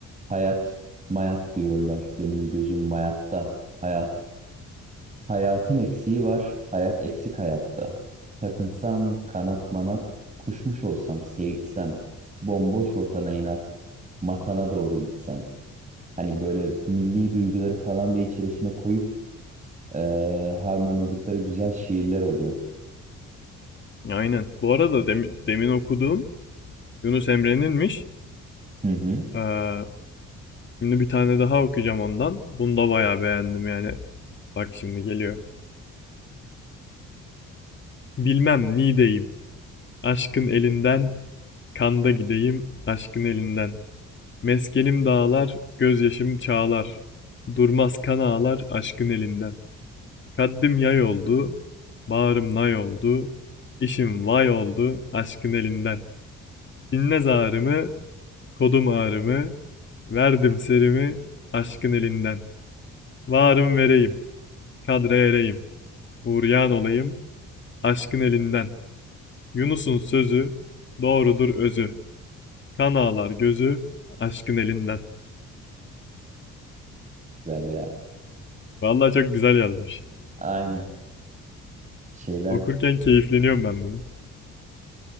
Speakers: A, on the right; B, on the left.
A: Hayat mayat diyorlar benim gözüm mayatta hayat. Hayatın eksiği var hayat eksik hayatta. Takınsam kanat manat kuşmuş olsam seyirtsem bomboş vatana inat matana doğru gitsem. Hani böyle milli duyguları falan da içerisine koyup e, harmanladıkları güzel şiirler oluyor.
B: Aynen. Bu arada demin, demin okuduğum Yunus Emre'ninmiş.
A: Hı hı.
B: Ee, şimdi bir tane daha okuyacağım ondan. Bunu da bayağı beğendim yani. Bak şimdi geliyor. Bilmem nideyim. Aşkın elinden kanda gideyim aşkın elinden. Meskenim dağlar, gözyaşım çağlar. Durmaz kan ağlar aşkın elinden. Kaddim yay oldu, bağrım nay oldu, işim vay oldu aşkın elinden. Dinle zarımı, kodum ağrımı, verdim serimi aşkın elinden. Varım vereyim, kadre ereyim, uğrayan olayım aşkın elinden. Yunus'un sözü, doğrudur özü, kan ağlar gözü aşkın elinden.
A: Güzel ya.
B: Vallahi çok güzel yazmış.
A: Aynen. Şeyler
B: Okurken keyifleniyorum ben bunu.